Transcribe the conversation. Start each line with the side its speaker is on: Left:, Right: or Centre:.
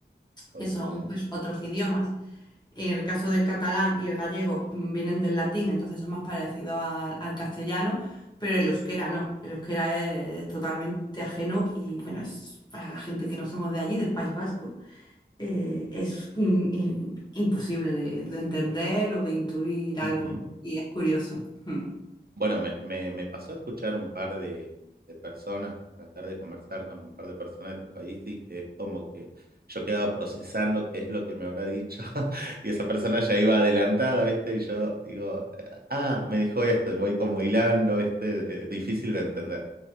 Right: Ok.
Left: que son pues otros idiomas. En el caso del catalán y el gallego mm, vienen del latín, entonces son más parecidos al, al castellano, pero el euskera no. El euskera es totalmente ajeno y bueno, es para la gente que no somos de allí, del País Vasco, eh, es mm, i- imposible de, de entender o de intuir algo
Right: ujú.
Left: y es curioso. <laughs>
Right: Bueno, me, me, me pasó a escuchar un par de, de personas, tratar de conversar con un par de personas de tu país y que es como que yo quedaba procesando qué es lo que me habrá dicho <laughs> y esa persona ya iba adelantada, ¿viste? Y yo digo, ah, me dijo esto y voy como hilando, ¿viste? Eh, difícil de entender.